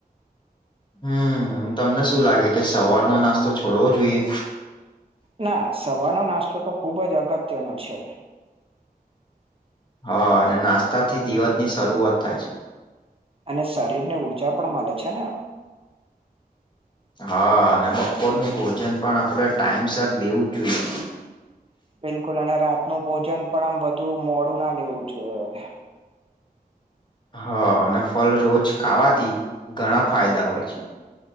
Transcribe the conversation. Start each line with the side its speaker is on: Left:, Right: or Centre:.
Left: હમમ તમને શું લાગે કે સવારનો નાસ્તો છોડવો જોઈએ
Right: ના સવારનો નાસ્તો તો ખુબ જ અગત્યનો છે
Left: હા અને નાસ્તા થી દિવસ ની શરૂઆત થાય છે
Right: અને શરીર ને ઊર્જા પણ મળે છે ને
Left: હા અને બપોરનું ભોજન પણ આપણેે ટાઈમ સર લેવું જ જોઈએ
Right: બિલકુલ અને રાતનું ભોજન પણ આમ વધુ મોડું ના લેવું જોઈએ
Left: હ અને ફળ રોજ ખાવાથી ઘણા ફાયદા હોય છે